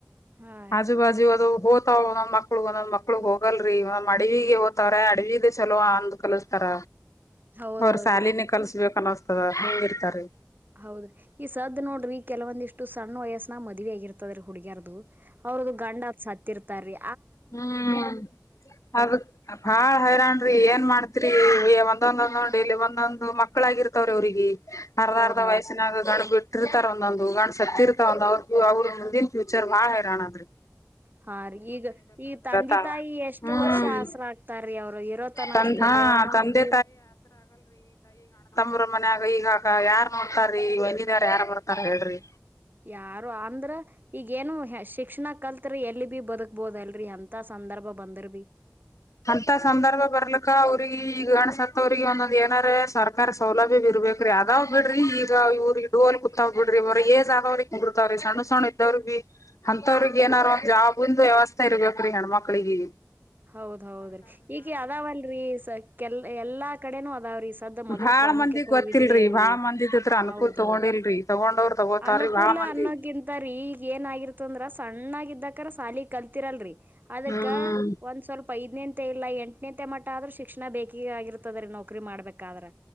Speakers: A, on the right; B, on the left.
A: ಹಾ
B: ಆಜು ಬಾಜು ಅದು ಹೋತಾವ ಒಂದೊಂದ್ ಮಕ್ಳು ಒಂದೊಂದ್ ಮಕ್ಳು ಹೋಗಲ್ರಿ ಒಂದ್ ಅಡವಿಗೆ ಹೋಗ್ತವರ್ಯ ಅಡವಿದ ಚಲೋ ಅಂದ್ ಕಲಸ್ತಾರ
A: ಹೌದ
B: ಅವ್ರ
A: ಹೌದ್ರಿ
B: ಸಾಲಿನೇ ಕಲ್ಸ್ಬೇಕ
A: ಈ
B: ಅನಸ್ತದ ಹಿಂಗ ಇರ್ತಾರಿ
A: ಹೌದ್ರಿ ಈ ಸದ ನೋಡ್ರಿ ಕೆಲವೊಂದಿಷ್ಟು ಸಣ್ಣ ವಯಸ್ಸನ್ಯಾಗ ಮದುವಿ ಆಗಿರ್ತದರಿ ಹುಡುಗ್ಯರ್ದು ಅವ್ರದು ಗಂಡದ ಸತ್ತಿರ್ತಾರೀ
B: ಹ್ಮ ಅದಕ ಆ ಹೈರಾನ್ರಿ ಏನ್ ಮಾಡ್ತ ಒಂದೊಂದೊಂದೊಂದುಲ್ಲಿ ಒಂದೊಂದು ಮಕ್ಕಳಾಗಿರ್ತವ್ರೀ ಅವ್ರಿಗೆ ಅರ್ಧ
A: ಹೌದ್
B: ಅರ್ಧ
A: ಹೌದ್
B: ವಯಸ್ಸಿನಾಗ ಗಂಡ ಬಿಟ್ಟಿರ್ತಾರ ಒಂದೊಂದು ಗಂಡ ಸತ್ತಿರ್ತಾವಂದ ಅವ್ರ ಅವ್ರರು ಮುಂದಿನ ಫ್ಯೂಚರ್ ಭಾಳ ಹೈರಾಣದರಿ
A: ಹಾ ರೀ ಈಗ ಈ ತಂದೆ
B: ತಾ
A: ತಾಯಿ ಎಷ್ಟು
B: ಹ್ಮ್
A: ವರ್ಷ ಆಸರ ಆಗ್ತಾರ್ರೀ ಅವ್ರು ಇರೋತನ
B: ತನ್
A: ಅಷ್ಟೇ
B: ಹಾ
A: ಅಲ್ರಿ ಅವ್ರ ಮುಂದ
B: ತಂದೆ
A: ಜೀವ್ನ
B: ಇ ಮನ್ಯಾಗ ಈಗಾಗ ಯಾರ್ ನೋಡ್ತಾರೀ ಹೊರಗಿನ್ಯವರ ಯಾರ್ ಬರ್ತಾರ ಹೇಳ್ರಿ
A: ಯಾರು ಅಂದ್ರ ಈಗಏನು ಶಿಕ್ಷಣ ಕಲ್ತರ ಎಲ್ಲಿ ಬಿ ಬದುಕ್ಬೋದ ಅಲ್ರರಿ ಎಂತ ಸಂದರ್ಭ ಬಂದ್ರ ಭೀ
B: ಹಂತ ಸಂದರ್ಭ ಬರ್ಲಕ್ಕ ಅವ್ರಿಗೆ ಈಗ ಗಂಡಸತ್ತವ್ರಿಗೆ ಒಂದೊಂದ್ ಏನರೆ ಸರ್ಕಾರ ಸೌಲಭ್ಯ ಇಡರ್ಬೇಕ್ರಿ ಅದಾವ ಬಿಡ್ರಿ ಈಗ ಇವ್ರಿಗೆ ಇಟ್ಕೊಂಡ್ ಕುಂತಾವ್ ಬಿಡ್ರಿ ಅವರ ಏಜ್ ಆದವ್ರಿಗೆ ಕುಂಡ್ರತಾವ್ರಿ ಸಣ್ಣ ಸಣ್ಣ ಇದ್ದವ್ರ ಭಿ ಅಂತವ್ರಿಗೆ ಏನಾರ ಒಂದ್ ಜಾಬ್ಂದ ವ್ಯವಸ್ಥೆ ಇರ್ಬೇಕ್ರಿ ಹೆಣ್ಮಕ್ಳಿಗಿ
A: ಹೌದೌದ್ರೀ ಈಗ ಅದಾವಲ್ರಿ ಕೆಲ್ ಎಲ್ಲಾ ಕಡೆನೂ ಅದಾವ್ರೀ ಸದ ಮೊದಲ
B: ಬಾಳ
A: ಪ್ರಾಮುಖ್ಯತೆ
B: ಮಂದಿಗ್ ಗೊತ್ತಿಲ್ರಿ
A: ವಿಧವೆಯರು
B: ಬಾಳ ಮಂದಿದತ್ರ ಅನುಕೂಲ್
A: ಹೌದೌದ
B: ತಗೊಂಡಿಲ್ರಿ ತಗೊಂಡವ್ರ ತಗೋತಾರೀ
A: ಅನುಕೂಲ
B: ಬಾಳ ಮಂದಿ
A: ಅನ್ನೋಕ್ಕಿಂತರೀ ಈಗ ಏನಾಗಿರ್ತದ ಅಂದ್ರ ಸಣ್ಣಾಗ ಇದಕರ ಸಾಲಿ ಕಲ ತಿರಲ್ರಿ ಅದಕ್ಕ
B: ಹ್ಮ್
A: ಒಂದ ಸ್ವಲ್ಪ ಐದ್ನಂತೆ ಇಲಾ ಎಂಟ ತ್ನತೆ ಮಟ್ಟ ಆದ್ರೂ ಶಿಕ್ಷಣ ಬೇಕೆ ಆಗಿರ್ತದೆ ರೀ ನೌಕರಿ ಮಾಡಬೇಕಾದ್ರ